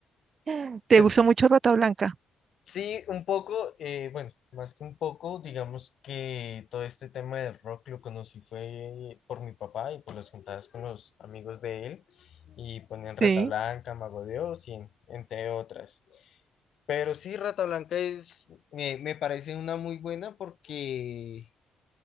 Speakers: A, on the right; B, on the left.
A: <laughs> ¿Te
B: pues,
A: gusta mucho Rata Blanca?
B: sí, un poco, eh, bueno, más que un poco, digamos que todo este tema del rock lo conocí fue por mi papá y por las juntadas con los amigos de él, y ponían
A: Sí.
B: Rata Blanca, Mago de Oz, y en- entre otras. Pero sí, Rata Blanca es, me, me parece una muy buena porque,